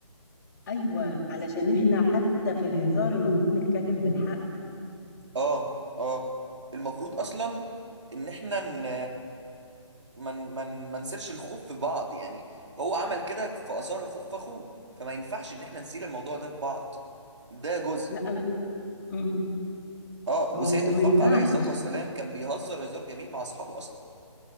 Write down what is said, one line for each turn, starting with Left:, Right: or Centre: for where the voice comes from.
Left: أيوه علشان إحنا حتى في الهزار المفروض نتكلم بالحق
Right: اه اه المفروض اصلا ان احنا ن... ما من... من... ما نسيرش الخوف في بعض يعني هو عمل كده فاثار الخوف في اخوه فما ينفعش ان احنا نسير الموضوع ده في بعض ده جزء
Left: لا م- مم.
Right: اه وسيد
Left: هو هو
Right: الخلق
Left: ما ينفعش
Right: عليه الصلاة والسلام كان بيهزر هزار جميل مع اصحابه اصلا